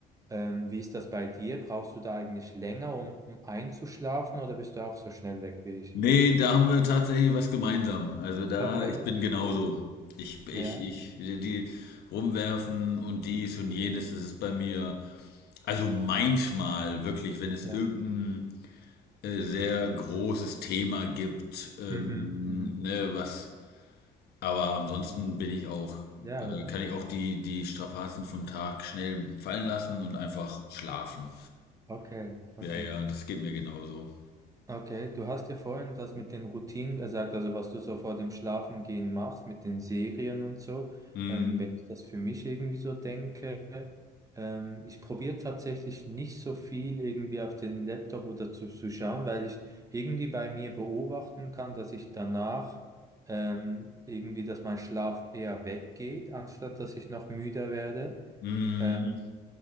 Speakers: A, on the right (about 20°); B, on the left (about 70°).
A: Ähm, wie ist das bei dir? Brauchst du da eigentlich länger, um einzuschlafen oder bist du auch so schnell weg wie ich?
B: Nee,
A: <laughs>
B: da haben wir tatsächlich was gemeinsam. Also da,
A: Okay,
B: ich bin genauso.
A: okay.
B: Ich, ich,
A: Ja,
B: ich, die rumwerfen und dies und jenes, das ist bei mir, also manchmal wirklich, wenn es
A: ja.
B: irgendein äh, sehr großes Thema gibt, ähm,
A: Mhm, mhm.
B: ne, was, aber ansonsten bin ich auch,
A: Ja,
B: äh,
A: oder?
B: kann ich auch die, die Strapazen vom Tag schnell fallen lassen und einfach schlafen.
A: Okay, okay.
B: Ja, ja, das geht mir genauso.
A: Okay, du hast ja vorhin das mit den Routinen gesagt, also was du so vor dem Schlafengehen machst, mit den Serien und so.
B: Hm,
A: Ähm, wenn ich das für mich irgendwie so denke, ähm, ich probiere tatsächlich nicht so viel irgendwie auf den Laptop oder zu, zu schauen, weil ich irgendwie bei mir beobachten kann, dass ich danach ähm, irgendwie, dass mein Schlaf eher weggeht, anstatt dass ich noch müder werde.
B: hm,
A: Äh,